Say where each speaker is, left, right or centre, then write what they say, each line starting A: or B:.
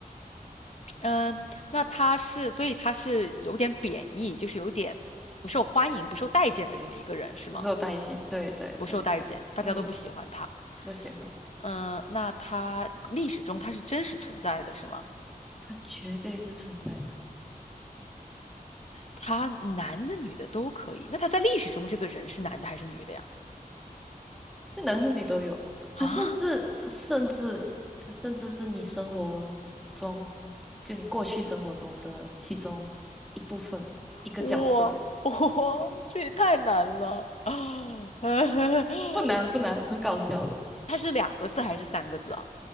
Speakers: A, on the left; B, in the centre.
A: 嗯、那他是，所以他是有点贬义，就是有点不受欢迎、不受待见的这么一个人，是吗？
B: 不受待见，对对对对，
A: 不受待见，大家都不喜欢他。
B: 嗯，不喜欢，
A: 嗯、那他历史中他是真实存在的，是吗？
B: 他绝对是存在的。
A: 他男的、女的都可以。那他在历史中这个人是男的还是女的呀？
B: 是男是女都有。
A: 啊？
B: 他甚至他甚至他甚至是你生活中，就你过去生活中的其中一部分，一个角色，
A: 哇 <laughs> 我这也太难了。<laughs>
B: 不难不难，很搞笑的，
A: 它是两个字还是三个字啊？